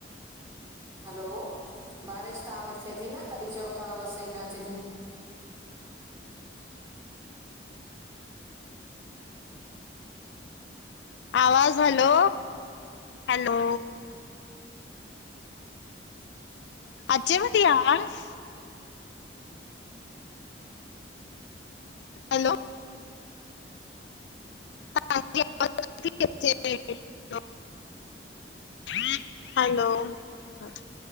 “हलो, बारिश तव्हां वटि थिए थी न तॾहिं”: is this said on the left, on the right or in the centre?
Right